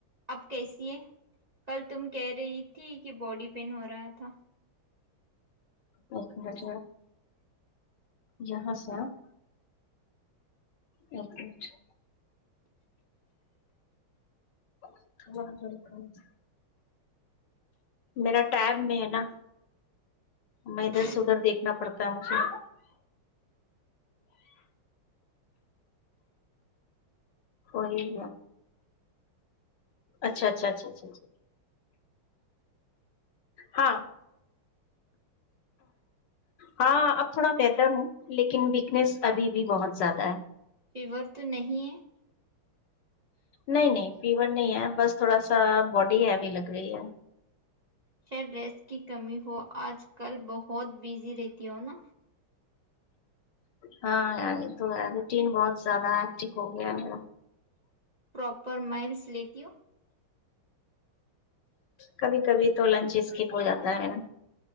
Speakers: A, on the right; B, on the left.
A: اب کیسی ہے کل تم کہہ رہی تھی کہ باڈی پین ہو رہا تھا
B: ایک مٹ یہاں سے <unintelligible> اوکے اچھا <unintelligible> میرا ٹائب میں ہے نا میں
A: اب
B: ادھر سے ادھر دیکھنا پڑتا ہے مجھے ہوی گیا اچھا اچھا اچھا اچھا ہاں ہاں اب تھوڑا بیٹر ہوں لیکن ویکنیس ابھی بھی بہت زیادہ ہے
A: فیور تو نہیں ہے
B: نہیں نہیں فیور نہیں ہے بس تھوڑا سا باڈی ہیوی لگ رہی ہے
A: خیر ریسٹ کی کمی ہو آج کل بہت بزی رہتی ہو نا
B: ہاں یہ تو ہے روٹین بہت زیادہ ہیکٹک ہو گیا ہے
A: پراپر مائلس لیتی ہوں
B: کبھی کبھی تو لنچ اسکپ ہو جاتا ہے نا